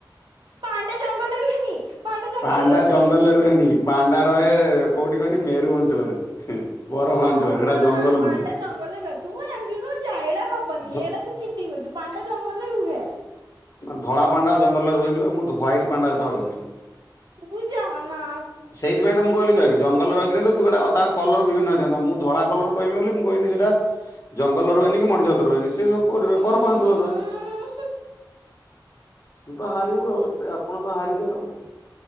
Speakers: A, on the right; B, on the left.
A: ପାଣ୍ଡା ଜଙ୍ଗଲ ରେ ରୁହେନି। ଜଙ୍ଗଲରେ
B: ପାଣ୍ଡା
A: ରୁହେନି।
B: ଜଙ୍ଗଲରେ ରୁହେନି ପାଣ୍ଡା ରୁହେ କୋଉଠି କହନି ମେରୁ ଅଞ୍ଚଳରେ।
A: ହଁ,
B: ବରଫ ଅଞ୍ଚଳରେ ଏଟା
A: ନା
B: ଜଙ୍ଗଲ
A: ପାଣ୍ଡା
B: ନୁହେଁ।
A: ଜଙ୍ଗଲରେ ରୁହେ, ତୁ କଣ ଜାଣିଛୁ ତୁ ଜାଇଲା ହବନି
B: ଧ
A: ଏଡେ ତୁ ଚିଟିଂ କରୁଛୁ ପାଣ୍ଡା ଜଙ୍ଗଲରେ ରୁହେ।
B: ଧଳା ପାଣ୍ଡା ଜଙ୍ଗଲରେ ରୁହନ୍ତି ବା ମୁଁ ହ୍ୱାଇଟ୍ ପାଣ୍ଡା
A: ଉଁ
B: କଥା ଭାବିଥିଲି।
A: ତୁ, ଯାହା ନା
B: ସେଇଥି ପାଇଁ ତ ମୁଁ କହିଲି ଯାକ କି ଜଙ୍ଗଲରେ ରହିଥିଲେ ତ ତୁ କହିଲୁ ତାର କଲର ବିଭିନ୍ନ ହେଇଥାନ୍ତା ମୁଁ ଧଳା କଲର କହିବି ବୋଲି ମୁଁ କହିଲି ସେଟା ଜଙ୍ଗଲ ରୁହେନି କି ମଣିଷ କତି ରେ ରୁହେନି ସେ ସବୁ କୋଉଠି ରୁହେ
A: ଉଁ
B: ବର ପାଉଁସ ଘରେ ରୁହେ। ତୁ ତ ହାରିବୁ ଆଉ ଏଥିରେ ଆପଣ ତ ହାରିବେ ଆଉ।